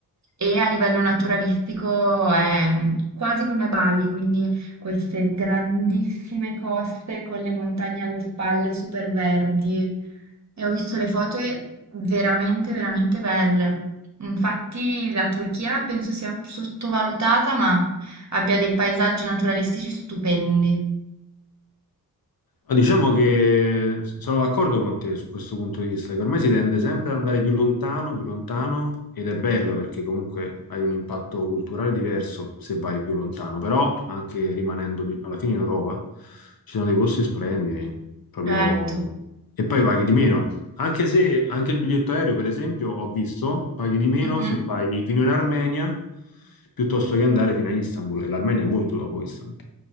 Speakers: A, on the right; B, on the left.
A: e a livello naturalistico è mm, quasi come Bali, quindi queste grandissime coste con le montagne alle spalle super verdi e ho visto le foto e veramente, veramente belle. Infatti la Turchia penso sia sottovalutata, ma abbia dei paesaggi naturalistici stupendi.
B: Ma Diciamo che sono d'accordo con te su questo punto di vista, che ormai si tende sempre ad andare più lontano, più lontano, ed è bello perché comunque hai un impatto culturale diverso se vai più lontano, però anche rimanendo di- alla fine in Europa ci sono dei posti splendidi, proprio...
A: Certo.
B: e poi paghi di meno, anche se anche il biglietto aereo, per esempio, ho visto, paghi di meno
A: Mhm,
B: se vai fino in Armenia piuttosto che andare fino a Istanbul. E l'Armenia è molto dopo Istanbul.